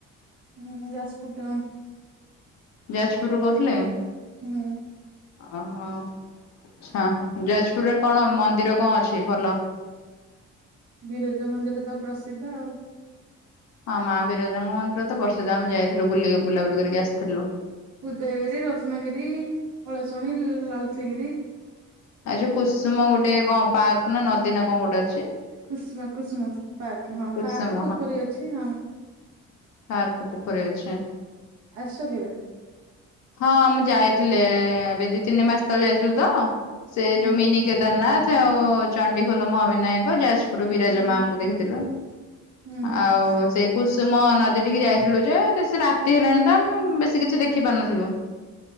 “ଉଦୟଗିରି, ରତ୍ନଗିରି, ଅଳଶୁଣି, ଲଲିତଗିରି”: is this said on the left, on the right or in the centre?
Right